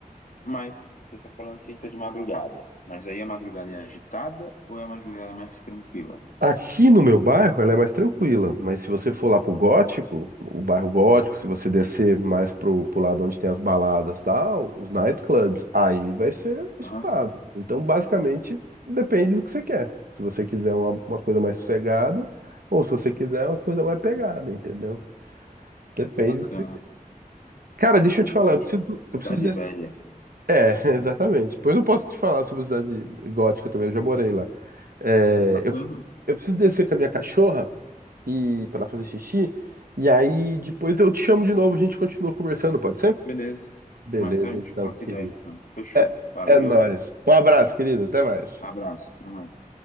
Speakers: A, on the left; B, on the right.
A: Mas você está falando que aí está de madrugada. Mas aí a madrugada é agitada ou é a madrugada mais tranquila?
B: Aqui no meu bairro ela é mais tranquila, mas se você for lá pro Gótico, o bairro Gótico, se você descer mais pro, pro lado onde tem as baladas, e tal, os nightclubs, aí vai ser agitado.
A: Aham,
B: Então, basicamente, depende do que você quer. Se você quiser uma, uma coisa mais sossegada, ou se você quiser uma coisa mais pegada, entendeu? Depende
A: Bacana.
B: do que você... Cara, deixa
A: O
B: eu te
A: Gótico,
B: falar, eu preciso,
A: Cidade
B: eu preciso desse.
A: Velha.
B: É, <laughs> exatamente. Pois eu posso te falar sobre a cidade gótica também, eu já morei lá. É,
A: Bacana,
B: eu, eu preciso descer com a minha cachorra e para ela fazer xixi. E aí depois eu te chamo de novo, a gente continua conversando, pode ser?
A: beleza.
B: Beleza,
A: Mais tarde a
B: então,
A: gente troca
B: querido.
A: ideia, então. Fechou.
B: É,
A: Valeu,
B: é nóis. Um abraço, querido. Até mais.
A: abraço, até mais.